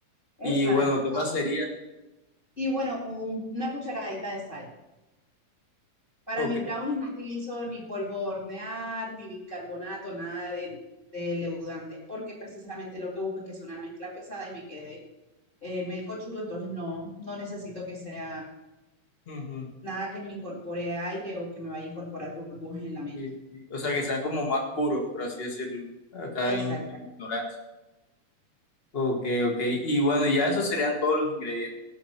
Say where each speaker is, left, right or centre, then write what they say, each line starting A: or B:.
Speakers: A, on the left; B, on the left.
A: Exacto.
B: Y bueno, ¿qué más sería?
A: Y bueno, un- una cucharadita de sal. Para
B: Ok.
A: mis brownies no utilizo ni polvo de hornear, ni bicarbonato, nada de, de leudantes, porque precisamente lo que busco es que sea una mezcla pesada y me quede eh, melcochudo, entonces no, no necesito que sea
B: ujú,
A: nada que me incorpore aire o que me vaya a incorporar burbujas en la mezcla.
B: sí, sí. O sea, que sean como más puros, por así decirlo, acá
A: Exacto.
B: en, en ignorancia. Ok, ok. Y bueno, ya esos serían todos los ingredientes.